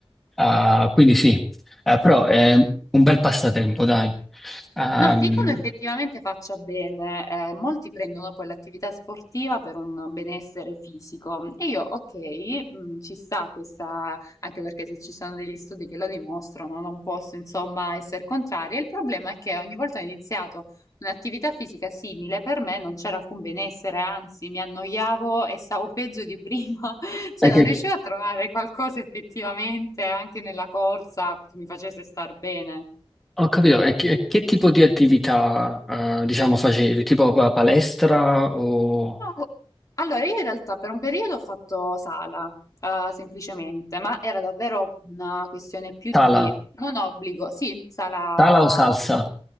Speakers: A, in the centre; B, on the left.
A: Ah, quindi sì, Eh, però è un bel passatempo, dai. Ehm,
B: No, dicono effettivamente faccia bene, eh, molti prendono poi l'attività sportiva per un benessere fisico e io, ok, mh, ci sta questa, anche perché se ci sono degli studi che lo dimostrano, non posso insomma essere contraria. Il problema è che ogni volta che ho iniziato un'attività fisica simile, per me non c'era alcun benessere, anzi mi annoiavo e stavo peggio di prima, <laughs> cioè
A: è che-
B: non riuscivo a trovare qualcosa effettivamente anche nella corsa che mi facesse star bene.
A: ho capito, e che, che tipo di attività eh, diciamo facevi? Tipo pa- palestra o
B: No, Allora, io in realtà per un periodo ho fatto sala, eh, semplicemente, ma era davvero una questione più
A: tala?
B: di non obbligo, sì, sala.
A: Tala o salsa?